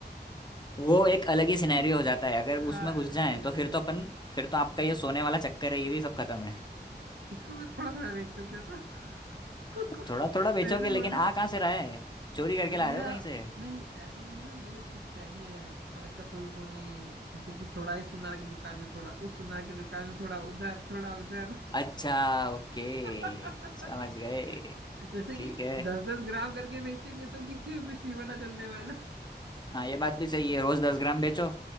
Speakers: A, on the left; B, on the right.
A: वो एक अलग ही सिनेरियो
B: <laughs>
A: हो जाता है अगर
B: हाँ
A: उसमें घुस जाए
B: सही
A: तो
B: बोला
A: फिर तो अपन फिर तो आपका ये सोने वाला चक्कर है ये भी सब खत्म है
B: इसको मैं थोड़ा थोड़ा बेच चुका था <laughs>
A: थोड़ा थोड़ा बेचोगे
B: ऐसे
A: लेकिन
B: बोलूं
A: आ कहाँ से रहा है चोरी करके
B: मेरा
A: ला रहे हो कहीं से
B: नहीं ऐसा मेरे मेरे पुश्तैनी है थोड़ा इसका कोई वो नहीं है जैसे कि थोड़ा इस सुनार की दुकान में थोड़ा उस सुनार की दुकान में थोड़ा उधर थोड़ा उधर
A: अच्छा ओके
B: <laughs>
A: समझ गए
B: जैसे
A: ठीक
B: कि
A: है
B: दस दस ग्राम करके बेचेंगे तो किसी को कुछ नहीं पता चलने वाला
A: हाँ ये बात भी सही है रोज दस ग्राम बेचो